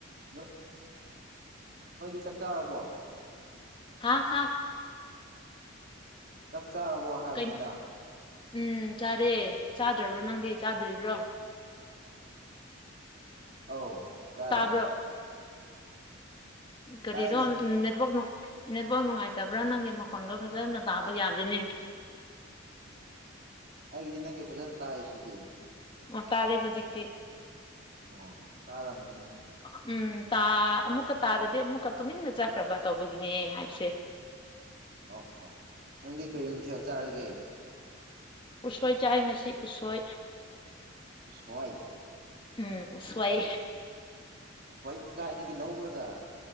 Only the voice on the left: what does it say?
ꯍꯥꯥ ꯍꯥꯥ
ꯀꯩ? ꯎꯝ ꯆꯥꯔꯦ ꯆꯥꯗ꯭ꯔꯕꯣ ꯅꯪꯗꯤ ꯆꯥꯗ꯭ꯔꯤꯕ꯭ꯔꯣ
ꯇꯥꯕ꯭ꯔꯣ ꯀꯔꯤꯅꯣ
ꯅꯦꯠꯋꯥꯛꯅꯣ ꯅꯦꯠꯕꯣ ꯅꯨꯡꯉꯥꯏꯇꯕ꯭ꯔꯥ ꯅꯪꯒꯤ ꯃꯈꯣꯟꯗꯣ ꯐꯖꯅ ꯇꯥꯕ ꯌꯥꯗꯅꯤ <inaudible>
ꯑꯣ ꯇꯥꯔꯦ ꯍꯧꯖꯤꯛꯇꯤ
ꯎꯝ ꯇꯥ ꯑꯃꯨꯛꯀ ꯇꯥꯗꯗꯤ ꯑꯃꯨꯛꯀ ꯇꯨꯃꯤꯟꯅ ꯆꯠꯈ꯭ꯔꯕ ꯇꯧꯕꯒꯤꯅꯦ ꯍꯥꯏꯕꯁꯦ
ꯎꯁꯣꯏ ꯆꯥꯏ ꯉꯁꯤ ꯎꯁꯣꯏ
ꯎꯝ ꯁꯋꯥꯏ